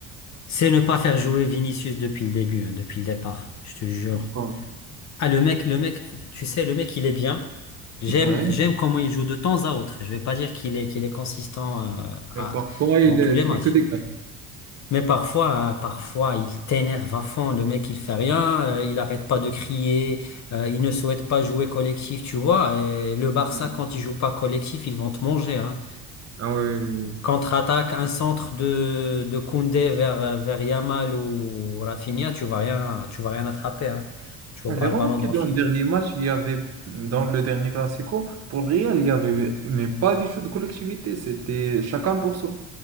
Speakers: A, on the left; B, on the right.
A: C'est ne pas faire jouer Vinicius depuis le début, hein, depuis le départ, je te jure.
B: Pourquoi?
A: Ah, le mec, le mec, tu sais, le mec, il est bien. J'aime,
B: Ah ouais.
A: j'aime comment il joue de temps à autre. Je vais pas dire qu'il est, qu'il est consistant, euh,
B: Mais
A: à-
B: parfois, il,
A: dans tous
B: il
A: les
B: fait
A: matchs.
B: que des gaffes.
A: Mais parfois, euh, parfois, il t'énerve à fond. Le mec, il fait rien, euh, il arrête pas de crier, euh, il ne souhaite pas jouer collectif, tu vois. Et le Barça,
B: Ouais.
A: quand il joue pas collectif, ils vont te manger, hein.
B: Ah ouais, oui, oui.
A: Contre-attaque, un centre de, de Koundé vers, vers Yamal ou Rafinha, tu vas rien, tu vas rien attraper, hein. Tu vas
B: Ah,
A: voir
B: J'ai remarqué
A: le ballon dans
B: dans
A: le filet.
B: le dernier match, il y avait, dans le dernier Classico, pour le Real, il y avait, mais pas du tout de collectivité, c'était chacun pour soi.